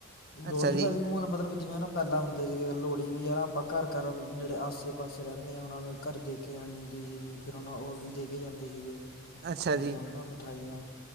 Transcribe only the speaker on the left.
ਲੋੜੀ
ਦਾ ਵੀ ਉਹ ਮਤਲਬ ਜਿਵੇਂ ਨਾ। ਪਹਿਲਾਂ ਹੁੰਦੇ ਸੀਗੇ ਲੋਹੜੀ ਵੀ ਹੈ ਨਾ ਆਪਾਂ ਘਰ ਘਰ ਨੇੜੇ ਆਸੇ ਪਾਸੇ ਰਹਿੰਦੇ ਆਾਂ ਉਹਨਾਂ ਨਾ। ਘਰ ਦੇ ਕੇ ਆਉਣੇ ਹੁੰਦੀ ਫਿਰ ਉਹਨਾਂ ਔਰ ਵੀ ਦੇ ਕੇ ਜਾਂਦੇ ਸੀਗੇ।
ਚੀਜ਼ਾਂ
ਹਨਾ ਮਿਠਾਈਆਂ।